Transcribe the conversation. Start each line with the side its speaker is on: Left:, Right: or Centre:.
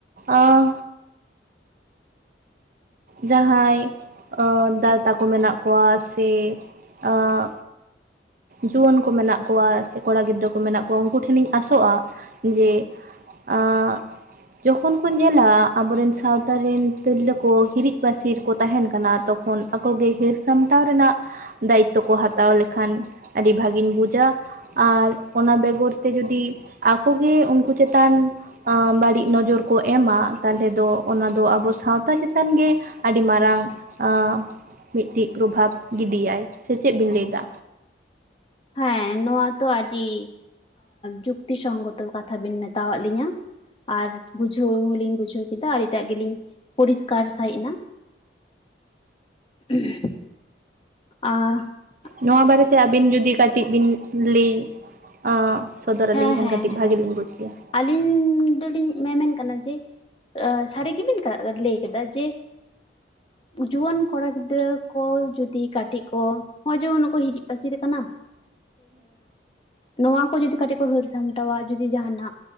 Right: ᱟᱸ ᱡᱟᱦᱟᱸᱭ ᱟᱸ ᱫᱟᱫᱟ ᱛᱟᱠᱚ ᱢᱮᱱᱟᱜ ᱠᱚᱣᱟ ᱥᱮ ᱟᱸ ᱡᱩᱣᱟᱹᱱ ᱠᱚ ᱢᱮᱱᱟᱜ ᱠᱚᱣᱟ ᱥᱮ ᱠᱚᱲᱟ ᱜᱤᱫᱽᱨᱟᱹ ᱠᱚ ᱢᱮᱱᱟᱜ ᱠᱚᱣᱟ ᱩᱱᱠᱩ ᱴᱷᱮᱱᱤᱧ ᱟᱥᱚᱜᱼᱟ ᱡᱮ ᱟᱸᱜ ᱡᱚᱠᱷᱚᱱ ᱠᱚ ᱧᱮᱞᱟ ᱟᱵᱚᱨᱮᱱ ᱥᱟᱶᱛᱟ ᱨᱮᱱ ᱛᱤᱨᱞᱟᱹ ᱠᱚ ᱦᱤᱨᱤᱜ ᱯᱟᱹᱥᱤᱨ ᱠᱚ ᱛᱟᱦᱮᱸᱱ ᱠᱟᱱᱟ ᱛᱚᱠᱷᱚᱱ ᱟᱠᱚᱜᱮ ᱦᱤᱨ ᱥᱟᱢᱴᱟᱣ ᱨᱮᱱᱟᱜ ᱫᱟᱭᱤᱠᱛᱚ ᱠᱚ ᱦᱟᱛᱟᱣ ᱞᱮᱠᱷᱟᱱ ᱟᱹᱰᱤ ᱵᱷᱟᱹᱜᱤᱧ ᱵᱩᱡᱟ᱾ ᱟᱨ ᱚᱱᱟ ᱵᱮᱜᱚᱨ ᱛᱮ ᱡᱩᱫᱤ ᱟᱠᱮ ᱩᱱᱠᱩ ᱪᱮᱛᱟᱱ, ᱟ ᱵᱟᱹᱲᱤᱡ ᱱᱚᱡᱚᱨ ᱠᱚ ᱮᱢᱟ ᱛᱟᱦᱚᱞᱮ ᱫᱚ ᱚᱱᱟ ᱫᱚ, ᱟᱵᱚ ᱥᱟᱶᱛᱟ ᱪᱮᱛᱟᱱ ᱜᱮ ᱟᱹᱰᱤ ᱢᱟᱨᱟᱝ ᱟ, ᱢᱤᱫᱴᱤᱡ ᱯᱨᱚᱵᱷᱟᱵᱽ ᱜᱤᱰᱤᱭᱟᱭ ᱥᱮ ᱪᱮᱫ ᱵᱤᱱ ᱞᱟᱹᱭ ᱮᱫᱟ?
Left: ᱦᱮᱸ ᱱᱚᱣᱟ ᱛᱚ ᱟᱹᱰᱤ ᱡᱩᱠᱛᱤ ᱥᱚᱝᱜᱚᱛᱚ ᱠᱟᱛᱷᱟ ᱵᱮᱤᱱ ᱢᱮᱛᱟᱣᱫ ᱞᱤᱧᱟᱹ᱾ ᱟᱨ ᱵᱩᱡᱷᱟᱹᱣ ᱦᱚᱞᱤᱧ ᱵᱩᱡᱷᱟᱹᱣ ᱠᱮᱫᱟ, ᱟᱨ ᱮᱴᱟᱜ ᱜᱮᱞᱤᱧ ᱯᱚᱨᱤᱥᱠᱟᱨ ᱥᱟᱹᱦᱤᱡ ᱮᱱᱟ᱾ <unintelligible> ᱟ <unintelligible>
Right: ᱱᱚᱣᱟ ᱵᱟᱨᱮᱛᱮ ᱟᱹᱵᱤᱱ ᱡᱩᱫᱤ ᱠᱟᱹᱴᱤᱡ ᱵᱤᱱ ᱠᱩᱞᱤ ᱚ ᱥᱚᱫᱚᱨ ᱟᱹᱞᱤᱧ
Left: ᱦᱮᱸ
Right: ᱠᱷᱟᱱ
Left: ᱦᱮᱸ
Right: ᱠᱟᱴᱤᱡ ᱵᱷᱟᱜᱤ
Left: ᱦᱮᱸ
Right: ᱞᱤᱧ ᱵᱩᱡ ᱠᱮᱭᱟ,
Left: ᱟᱹᱞᱤᱧ ᱫᱚᱞᱤᱧ ᱢᱮᱢᱮᱱ ᱠᱟᱱᱟ ᱡᱮ, ᱥᱟᱹᱨᱤ ᱜᱮᱵᱮᱱ ᱞᱟᱹᱭ ᱠᱮᱫᱟ ᱡᱮ ᱡᱩᱣᱟᱹᱱ ᱠᱚᱲᱟ ᱜᱤᱫᱽᱨᱟᱹ ᱠᱚ ᱡᱩᱫᱤ ᱠᱟᱹᱴᱤᱡ ᱠᱚ, ᱱᱚᱜ ᱡᱮ ᱠᱚ ᱦᱤᱨᱤᱡ ᱯᱟᱹᱥᱤᱨ ᱠᱟᱱᱟ, ᱱᱚᱣᱟ ᱠᱚ ᱡᱤᱫᱤ ᱠᱟᱴᱤᱡ ᱯᱟᱹᱦᱟᱹᱨ ᱥᱟᱢᱴᱟᱣ-ᱟ ᱡᱩᱫᱤ ᱡᱟᱦᱟᱱᱟᱜ,